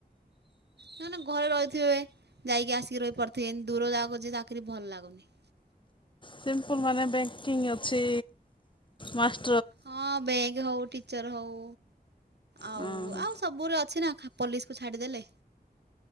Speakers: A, on the right; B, on the left.
A: ମାନେ ଘରେ ରହିଥିବେ ଯାଇକି ଆସିକି ରହିପାରୁଥିବେ, ଏମିତି ଦୂର ଯାଗାକୁ ଯେ ଚାକିରି ଭଲ ଲାଗୁନି।
B: ସିମ୍ପଲ୍ ମାନେ ବ୍ୟାଙ୍କିଙ୍ଗ ଅଛି, ମାଷ୍ଟ
A: ହଁ, ବ୍ୟାଙ୍କ ହଉ ଟିଚର ହଉ, ଆଉ
B: ହଁ ହଁ
A: ଆଉ ସବୁରେ ଅଛି ନା ପୋଲିସକୁ ଛାଡ଼ିଦେଲେ